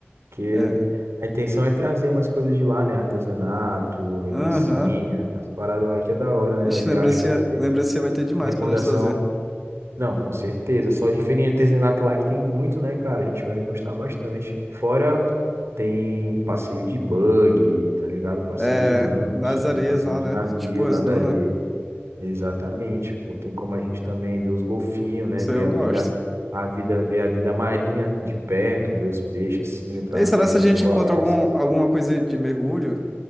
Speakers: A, on the right (about 80°); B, in the centre.
A: Porque
B: É.
A: a intenção é trazer mais coisas de lá, né? Artesanato, lembrancinha,
B: Aham.
A: as paradas lá que é da hora, né? Da
B: Ixi,
A: viagem
B: lembrancinha,
A: pra trazer
B: lembrancinha
A: de
B: vai ter demais
A: de recordação.
B: pra nós trazer.
A: Não, com certeza. Só de feirinha de artesanato lá que tem muito, né, cara? A gente vai gostar bastante. Fora tem passeio de bug, tá ligado? Passeio
B: É.
A: de lancha,
B: Nas areias
A: tem passeio
B: lá,
A: de
B: né?
A: navio
B: Tipo as
A: nas
B: dunas.
A: areias. Exatamente, pô. Tem como a gente também ver os golfinhos, né?
B: Isso
A: Ver
B: aí eu
A: a
B: gosto.
A: vida, a vida, ver a vida marinha de perto, ver os peixes assim, entrar
B: E aí,
A: na
B: será
A: barreira
B: se a gente
A: de corais.
B: encontra algum, alguma coisa de mergulho?